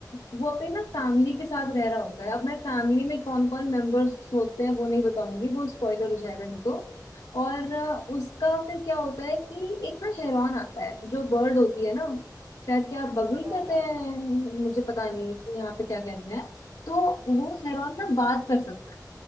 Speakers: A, on the left; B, on the right.
A: वो अपने ना फैमिली के साथ रह रहा होता है अब मैं फैमिली में कौन कौन मेंबर्स होते हैं वो नहीं बताऊंगी वो स्पॉइलर हो जाएगा नहीं तो और अ,
B: हाँ
A: उसका फिर क्या होता है कि एक ना हेरॉन आता है जो बर्ड होती है ना शायद क्या बगुल
B: हाँ
A: कहते
B: हाँ
A: हैं मुझे पता नहीं यहाँ पे क्या कहते हैं तो वो हेरॉन
B: हाँ
A: ना बात कर सकता है